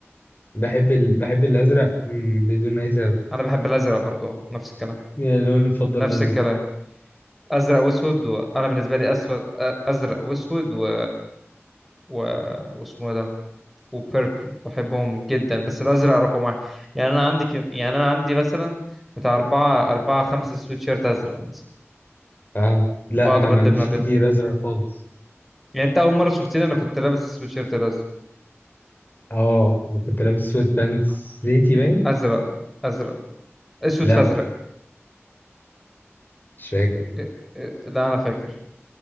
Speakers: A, on the left; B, in the centre.
A: بحب ال... بحب الازرق مم، بدون اي سبب
B: انا بحب الازرق برضو نفس الكلام
A: يعني اللون المفضل
B: نفس
A: الازرق
B: الكلام ازرق واسود وانا بالنسبه لي اسود أ- ازرق واسود و... و... واسمه إيه ده وبيربل بحبهم جدا بس الازرق رقم واحد يعني انا عندي ك... يعني انا عندي مثلا بتاع اربعه اربعه خمسه سويت شيرت ازرق مثلا
A: اه لا
B: بقعد
A: انا
B: ابدل
A: ما عنديش
B: ما بينها
A: كتير ازرق خالص
B: يعني انت اول مره شفتني انا كنت لابس سويتشيرت الازرق
A: اه وكنت لابس سويت بانس زيتي باين
B: ازرق ازرق اسود
A: لا
B: في ازرق
A: مش فاكر
B: إيه- إيه، لا انا فاكر